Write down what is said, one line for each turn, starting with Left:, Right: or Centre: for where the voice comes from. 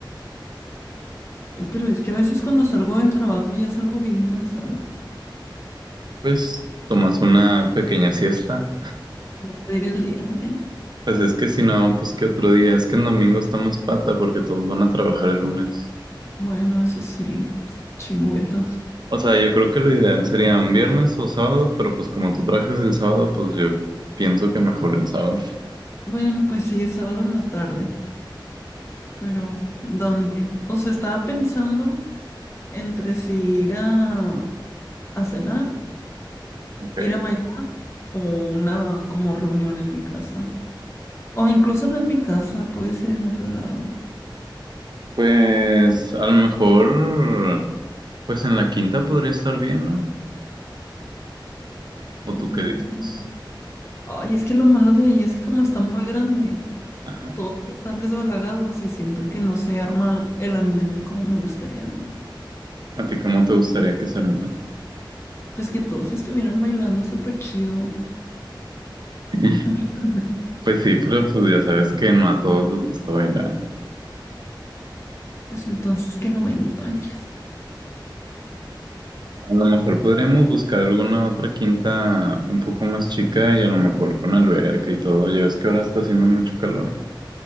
Left: Ay, pero es que a veces cuando salgo del trabajo ya salgo bien cansada.
Right: Pues tomas una pequeña siesta.
Left: Como pedir el día, ¿eh?
Right: Pues es que si no, pues que otro día, es que el domingo está más pata porque todos van a trabajar el lunes.
Left: Bueno, eso sí, chingüetos.
Right: O sea, yo creo que lo ideal sería un viernes o sábado, pero pues como tú trajes el sábado, pues yo pienso que mejor el sábado.
Left: Bueno, pues sí, es sábado en la tarde, pero ¿dónde? O sea, estaba pensando entre si ir a, a cenar,
Right: Ok.
Left: ir a bailar o una como reunión en mi casa. O incluso no en mi casa, puede ser en otro lado,
Right: Pues a lo mejor, pues en la quinta podría estar bien, ¿no? ¿O tú
Left: en
Right: qué
Left: la
Right: dices?
Left: quinta. Ay, es que lo malo de ahí es que como está muy grande,
Right: Ajá.
Left: todos están desbalagados y siento que no se arma el ambiente como me gustaría de-
Right: ¿A ti cómo te gustaría que se armara?
Left: Pues que todos estuvieran bailando súper chido.
Right: <laughs>
Left: <laughs>
Right: Pues sí, pero pues ya sabes que no a todos les gusta bailar.
Left: Pues entonces que no vengan, no hay fiesta.
Right: A lo mejor podríamos buscar alguna otra quinta un poco más chica y a lo mejor con alberca y todo. Ya ves que ahora está haciendo mucho calor.